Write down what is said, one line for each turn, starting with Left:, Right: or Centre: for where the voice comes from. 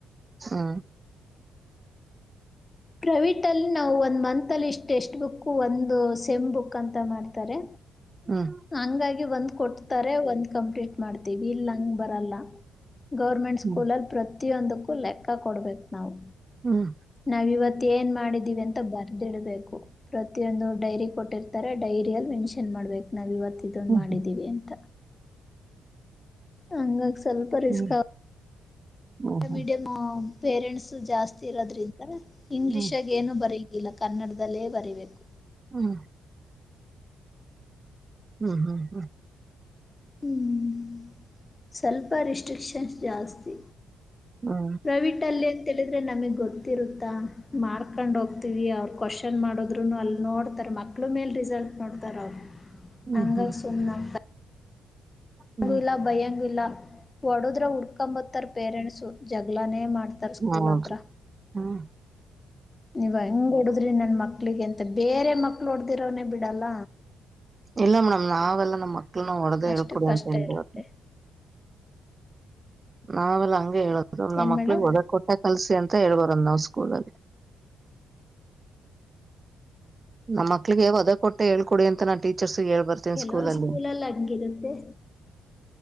Right: ಹಾ
Left: ಪ್ರೈವಿಟ್ ಅಲ್ಲಿ ನಾವು ಒಂದ್ ಮಂತ್ ಅಲ್ಲಿ ಇಷ್ಟ್ ಟೆಕ್ಸ್ಟ್ ಬುಕ್ ಒಂದು ಸೆಮ್ ಬುಕ್ ಅಂತ ಮಾಡ್ತಾರೆ
Right: ಹ್ಮ್
Left: ಹಂಗಾಗಿ ಒಂದ್ ಕೊಡ್ತಾರೆ ಒಂದ್ ಕಂಪ್ಲೀಟ್ ಮಾಡ್ತೀವಿ ಇಲ್ಲಂಗ ಬರಲ್ಲ ಗೌರ್ಮೆಂಟ್ ಸ್ಕೂಲ್ಲ್ಲಿ
Right: ಹ್ಮ್
Left: ಪ್ರತಿಯೊಂದಕ್ಕೂ ಲೆಕ್ಕ ಕೊಡ್ಬೇಕು ನಾವು
Right: ಹ್ಮ್
Left: ನಾವ ಇವತ್ ಮತ್ತ ಏನ್ ಮಾಡಿದೀವಿ ಅಂತ ಬರ್ದಿಡಬೇಕು ಪ್ರತಿಯೊಂದು ಡೈರಿ ಕೊಟ್ಟಿರ್ತಾರೆ ಡೈರಿ ಅಲ್ಲಿ ಮೆನ್ಷನ್ ಮಾಡ್ಬೇಕು ನಾವ ಇವತ್ತ ಇದೊಂದು
Right: ಹ್ಮ್
Left: ಮಾಡಿದ್ದೀವಿ ಅಂತ ಹಂಗಾಗ ಸ್ವಲ್ಪ ರಿಸ್ಕ್
Right: ಹ್ಮ್
Left: ಆ
Right: ಹ್ಮ್ ಹ್ಮ್
Left: ಮೀಡಿಯಂ ಪೇರೆಂಟ್ಸ್ ಜಾಸ್ತಿ ಇರೋದ್ರಿಂದ
Right: ಹ್ಮ್
Left: ಇಂಗ್ಲಿೀಷ್ಗ ಏನು ಬರ ಇಲ್ಲ ಕನ್ನಡದಲ್ಲೇ ಬರಿಬೇಕು
Right: ಹ್ಮ್ ಹ್ಮ್ ಹ್ಮ್ ಹ್ಮ್
Left: ಹ್ಮ್ ಸ್ವಲ್ಪ ರೆಿಸ್ಟ್ರಿಕ್ಷನ್ಸ್ ಜಾಸ್ತಿ
Right: ಹ್ಮ್
Left: ಪ್ರವಿಟ್ ಅಲ್ಲಿ ಅಂತಂತಳಿದ್ರೆ ನಮಗ್ ಗೊತ್ತಿರುತ್ತಾ ಮಾರ್ಕೊಂಡು ಹೋಗ್ತೀವಿ ಅವ್ರ ಕ್ವಶನ್ ಮಾಡದ್ರು ಅಲ್ಲಿ ನೋಡ್ತಾರ ಮಕ್ಳು ಮೇಲ್ ರಿಸಲ್ಟ್ ನೋಡ್ತಾರ ಅವರು
Right: ಹ್ಮ್
Left: ಹಂಗ
Right: ಹ್ಮ್
Left: ಸುಮ್ನೆ ಆತ
Right: ಹ್ಮ್
Left: ಂಗು ಇಲ್ಲ ಭಯನ್ನು ಇಲ್ಲ ಹೊಡದ್ರ ಉುಡ್ಕೊಂಬತ್ತಾರ ಪೇರೆಂಟ್ಸು ಜಗ್ಗಳಾನೇ ಮಾಡ್ತಾರ ಸ್ಕೂಲ್
Right: ಹೌದು
Left: ಹತ್ರ
Right: ಹ್ಮ್ <inaudible>
Left: ನೀವ ಹಂಗ ಹೊಡದ್ರಿ ನನ್ ಮಕ್ಳಿಗೆ ಅಂತ ಬೇರೆ ಮಕ್ಳು ಹೊಡ್ದಿರವನನೆ ಬಿಡಲ್ಲ
Right: ಇಲ್ಲ ಮೇಡಮ್ ನಾವೆಲ್ಲಾ ನಮ್ಮ್ ಮಕ್ಳನ್ನ ಹೊಡೆದ
Left: ಅಷ್ಟು
Right: ಹೇಳ್ಕೊಡಿ
Left: ಕಷ್ಟ
Right: ಅಂತ ಹೇಳ್ಬದು
Left: ಇರುತ್ತೆ
Right: ನಾವೆಲ್ಲಾ ಹಂಗೆ ಹೇಳುದು್ ನಮ್ಮ
Left: ಏನು
Right: ಮಕ್ಳಗ್
Left: ಮೇಡಮ್
Right: ಒಳಗ್ ಕೊಟ್ಟ ಕಲ್ಸಿ ಅಂತ ಮತ್ತ ಹೇಳ್ಬರಂದ ನಾವ್ ಸ್ಕೂಲ್ಲ್ಲಿ ನಮ್ಮ ಮಕ್ಕಲಿಗೆ ವಧೆ ಕೊಟ್ಟೆ ಹೇಳ್ಕೊಡಿ ಅಂತ ನಾ ಟೀಚರ್ಸ್ ಹೇಳ್ ಬರ್ತೇನ
Left: ಕೆಲವೊಂದು
Right: ಸ್ಕೂಲ್ ಅಲ್ಲಿ
Left: ಸ್ಕೂಲಲ್ಲಿ ಹಂಗಿರುತ್ತೆ